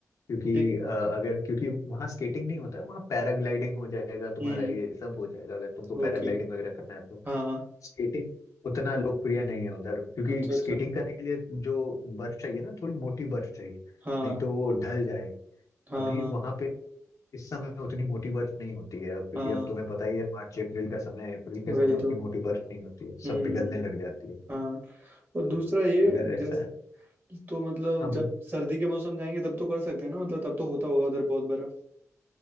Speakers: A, on the left; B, on the right.
A: क्योंकि
B: लेक-
A: अ, अगर क्योंकि वहाँ स्केटिंग नहीं होता है वहाँ पैराग्लाइडिंग हो जाएगा तुम्हारा
B: हम्म
A: ये सब हो जाएगा अगर तुमको पैराग्लाइडिंग
B: ओके
A: वगैरह करना है तो।
B: हाँ
A: स्केटिंग उतना लोकप्रिय नहीं है उधर क्योंकि
B: अच्छा अच्छा
A: स्केटिंग करने के लिए जो बर्फ चाहिए ना थोड़ी मोटी बर्फ चाहिए
B: हाँ
A: नहीं तो वो ढल जाएगी
B: हाँ
A: अभी वहां पे इस समय उतनी मोटी बर्फ नहीं होती है अब क्योंकि
B: हाँ
A: अब तुम्हें पता ही है मार्च अप्रैल का समय है अप्रैल के
B: वही
A: समय उतनी
B: तो
A: मोटी बर्फ नहीं होती है
B: हम्म
A: सब पिघलने लग जाती है
B: हाँ और
A: तो
B: दूसरा ये
A: अगर ऐसा
B: जैस
A: है
B: तो मतलब
A: हाँ
B: जब
A: बोल
B: सर्दी के मौसम जाएंगे तब तो कर सकते हैं ना मतलब तब तो होता होगा उधर बहुत बर्फ